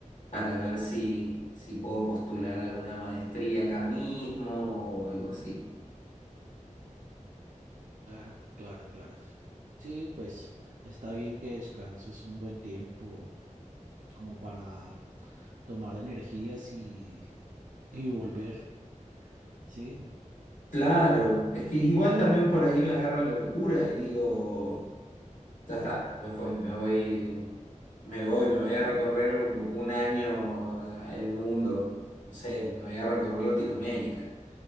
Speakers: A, on the left; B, on the right.
A: para ver si, si puedo postular alguna maestría acá mismo o algo así.
B: Claro, claro, claro. Sí, pues está bien que descanses un buen tiempo como para tomar energías y, y volver. Sí,
A: Claro, es que igual también por ahí me agarra la locura y digo, ya está, ya fue, me voy, me voy, me voy a recorrer un año el mundo, no sé, me voy a recorrer Latinoamérica.